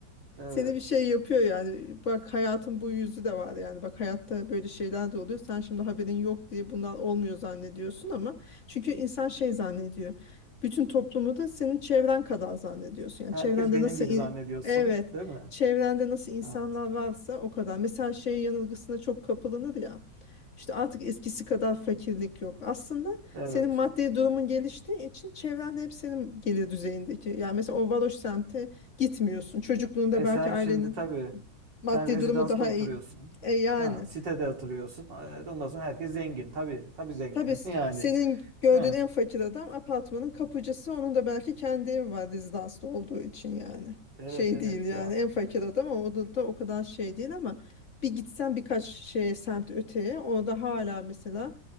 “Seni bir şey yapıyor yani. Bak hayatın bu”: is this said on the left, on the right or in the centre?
Left